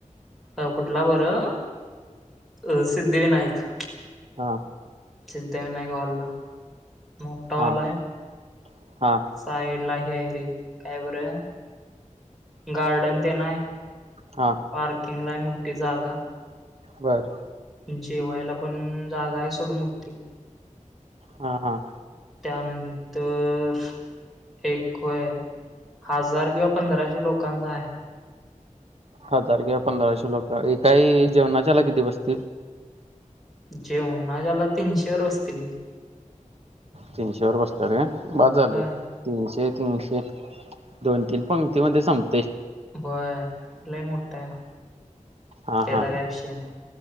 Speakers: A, in the centre; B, on the right.
A: अ कुठला बरं अ सिद्धिविनायक.
B: हा.
A: सिद्धिविनायक हॉलला मोठा
B: हा
A: हॉल हाय.
B: हा हा.
A: साईडला हे हाय रे काय बरं गार्डन तेन हाय.
B: हा.
A: पार्किंगला हाय मोठी जागा.
B: बरं.
A: जेवायला पण जागा आहे सोड मोठी.
B: हा, हा.
A: त्यानंतर एक होय हजार किंवा पंधराशे लोकांचा हाय.
B: हजार किंवा पंधराशे लोक, एकाही जेवणाच्याला किती बसतील?
A: जेवणाला तीनशेभर बसतील की.
B: तीनशेभर बसत्यात काय बास झालं.
A: होय,
B: तीनशे तीनशे दोन तीन पंक्तीमध्ये संपतंय.
A: बर लई मोठ आहे.
B: हा,
A: त्याचा
B: हा.
A: काय विषय नाही.